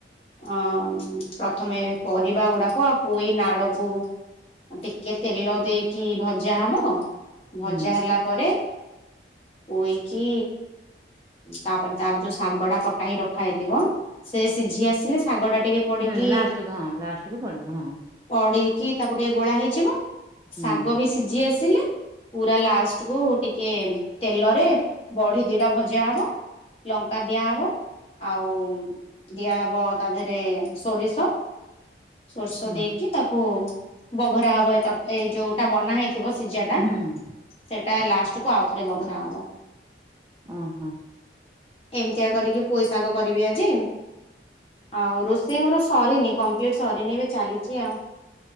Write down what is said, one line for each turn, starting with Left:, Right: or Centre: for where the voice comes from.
Left: ଅ ତମେ ପରିବା ଗୁଡ଼ାକ ଆଉ ପୋଇ ନାଡକୁ ଟିକେ ତେଲ ଦେଇକି ଭଜା ହବ, ଭଜା
Right: ହୁଁ।
Left: ହେଲା ପରେ ପୋଇକି ତାପରେ ତାର ଯୋଉ ଶାଗ ଟା କଟା ହେଇ ରଖା ହେଇଥିବ। ସେ ସିଝି ଆସିଲେ ଶାଗ ଟା ଟିକେ ପଡିକି
Right: ହୁଁ ଲାଷ୍ଟକୁ ହଁ ଲାଷ୍ଟକୁୁ ପଡ଼ିବ ହଁ।
Left: ପଡ଼ିକି ତାକୁ ଟିକେ ଗୋଳା ହେଇଯିବ
Right: ହୁଁ
Left: ଶାଗ ବି ସିଝି ଆସିଲେ ପୁରା ଲାଷ୍ଟ କୁ ଟିକେ ତେଲରେ ବଡି ଦିଟା ଭଜା ହବ। ଲଙ୍କା ଦିଆହବ ଆଉ ଦିଆହବ ତା ଦେହରେ ସୋରିଷ ସୋରିଶ
Right: ହୁଁ
Left: ଦେଇକି ତାକୁ ବଘରା ହବ ଏ ଏଇ ଯୋଉଟା ବନା ହେଇ ଥିବ ସିଝାଟା
Right: ହୁଁ
Left: ସେଟା ଲାଷ୍ଟ କୁ ଆଉ ଥରେ ବଘରା ହବ।
Right: ଓ ହୋ।
Left: ଏମିତିଆ କରିକି ପୋଇଶାଗ କରିବି ଆଜି। ଆଉ ରୋଷେଇ ମୋର ସରିନି କମ୍ପ୍ଲିଟ ସରିନି ଏବେ ଚାଲିଛି ଆଉ।